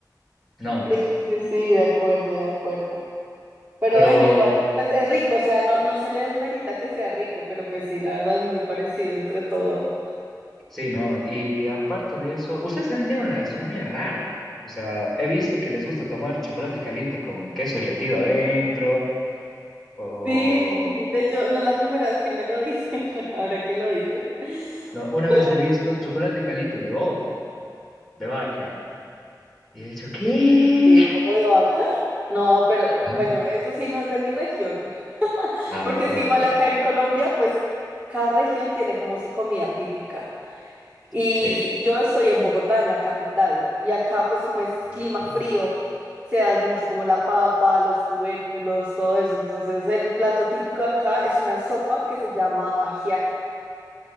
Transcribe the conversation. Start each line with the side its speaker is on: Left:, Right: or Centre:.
Centre: no.
Right: Sí, sí, sí, de acuerdo, de acuerdo. Pero
Centre: Pero
Right: bueno, igual, pues es rico, o sea, no, no se le desmerita que sea rico, pero pues sí, la verdad es muy parecido entre todo.
Centre: sí, no. Y aparte de eso, ustedes también tienen una gastronomía rara. O sea, he visto que les gusta tomar chocolate caliente con queso derretido adentro o
Right: Sí, de hecho, no es la primera vez que me lo dicen, <laughs> ahora que lo dices.
Centre: No, una
Right: Ojo
Centre: vez he visto chocolate caliente de ojo, de vaca. Y he dicho, ¿qué?
Right: de ojo de vaca. No, pero
Centre: Ajá.
Right: bueno, eso sí no es de mi región,
Centre: Ah,
Right: porque es
Centre: bueno,
Right: que igual
Centre: bueno.
Right: acá en Colombia, pues cada región tiene como su comida típica. Y
Centre: Sí.
Right: yo estoy en Bogotá, en la capital, y acá pues como es
Centre: Ah,
Right: clima
Centre: qué lindo.
Right: frío, se da mucho como la papa, los tubérculos, todo eso. Entonces el plato típico de acá es una sopa que se llama ajiaco.